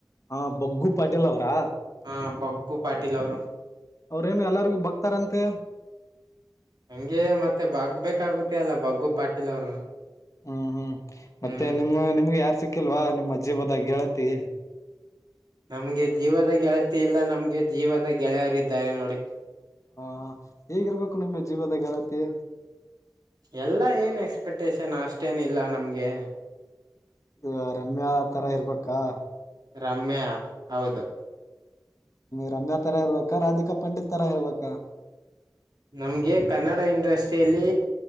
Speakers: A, on the left; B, on the right.
A: ಹಾ ಬಗ್ಗು ಪಾಟೀಲ್ ಅವ್ರಾ
B: ಹ ಬಗ್ಗು ಪಾಟೀಲ್ ಅವರು
A: ಅವ್ರೇನು ಎಲ್ಲರಿಗೂ ಬಕ್ತಾರಂತೆ.
B: ಹಂಗೆ ಮತ್ತೆ ಬಾಗ ಬೇಕಾಗುತ್ತೆ ಅಲ್ಲ ಬಗ್ಗು ಪಾಟೀಲ್ ಅವರು
A: ಹ್ಮ್ ಹ್ಮ್ ಮತ್ತೆ
B: ಹ್ಮ್
A: ನಿಮ್ಮ ನಿಮ್ಗೆ ಯಾರ್ ಸಿಕ್ ಹಾಕಿಲ್ವಾ ನಿಮ್ಮ ಜೀವದ ಗೆಳತಿ
B: ನಮ್ಗೆ ಜೀವದ ಗೆಳತಿ ಇಲ್ಲ ನಮ್ಗೆ ಜೀವದ ಗೆಳೆಯರ ಇದ್ದಾರೆ ನೋಡಿ.
A: ಹಾ ಹೇಗಿರ್ಬೇಕು ನಿಮ್ಮ ಜೀವದ ಗೆಳತಿ
B: ಎಲ್ಲಾ ಏನ್ ಎಕ್ಸ್ಪೆಕ್ಟೇಶನ್ ಅಷ್ಟೇನ ಇಲ್ಲ ನಮ್ಗೆ
A: ಇ ರಮ್ಯಾ ತರ ಇರ್ಬೇಕಾ
B: ರಮ್ಯಾ ಹೌದು.
A: ರಮ್ಯಾ ತರ ಇರ್ಬೇಕಾ ರಾಧಿಕಾ ಪಂಡಿತ್ ತರ ಇರ್ಬೇಕಾ
B: ನಮಗೆ ಕನ್ನಡ ಇಂಡಸ್ಟ್ರಿಯಲ್ಲಿ